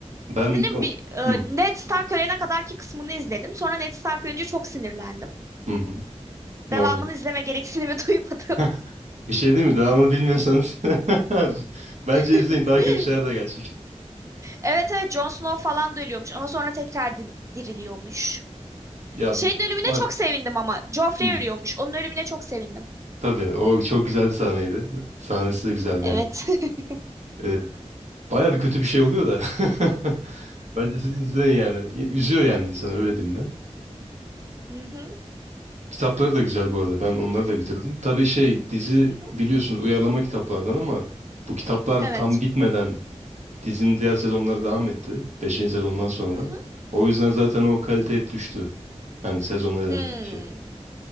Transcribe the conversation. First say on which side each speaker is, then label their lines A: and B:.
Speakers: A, on the right (about 75°); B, on the right (about 25°).
A: Ben
B: Dizinin
A: o-
B: bir e,
A: hı.
B: Ned Stark ölene kadarki kısmını izledim. Sonra Ned Stark ölünce çok sinirlendim.
A: Hı hı. Normal.
B: Devamını izleme gereksinimi <laughs> duymadım.
A: <laughs> Bir şey değil mi? Devamını bilmiyorsanız <laughs> bence
B: <laughs>
A: izleyin. Daha kötü şeyler de gelecek.
B: Evet evet Jon Snow falan da ölüyormuş ama sonra tekrar di- diriliyormuş.
A: Ya
B: Şeyin ölümüne
A: bak.
B: çok sevindim ama. Joffrey
A: Hı.
B: ölüyormuş. Onun ölümüne çok sevindim.
A: Tabii o çok güzel bir sahneydi. Sahnesi de güzeldi
B: Evet.
A: yani.
B: <laughs>
A: Ee, baya bir kötü bir şey oluyor da. <laughs> Bence siz izleyin yani. Y- Üzüyor yani insanı öyle diyeyim ben.
B: Hı hı.
A: Kitapları da güzel bu arada. Ben onları da bitirdim. Tabii şey dizi
B: hı hı.
A: biliyorsunuz uyarlama kitaplardan ama bu kitaplar
B: Evet.
A: tam bitmeden dizinin diğer sezonları devam etti. Beşinci sezondan sonra.
B: Hı hı.
A: O yüzden zaten o kalite hep düştü. Hani sezonlar ilerledikçe.
B: Hmm.